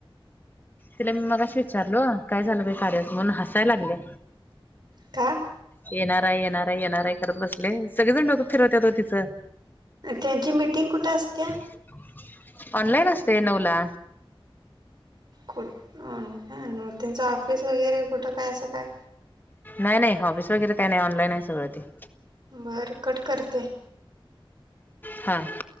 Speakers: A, on the left; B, on the right.
A: तिला मी मगाशी विचारलो, काय झालं बाय कार्याच? म्हणून हसायला लागलय.
B: का?
A: येणार आहे, येणार आहे, येणार आहे करत बसल्या सगळेजण डोक फिरवत्यात ओ तिचं.
B: त्याची मिटिंग कुठं असत्या?
A: <unintelligible> <inaudible> ऑनलाईन असते नऊ ला.
B: कुठ <unintelligible> मग त्यांचं ऑफिस वगैरे, कुठं काय असं काय?
A: नाय नाय ऑफिस वगैरे काही नाही, ऑनलाईन अ सगळ ते.
B: बरं कट करते.
A: हां.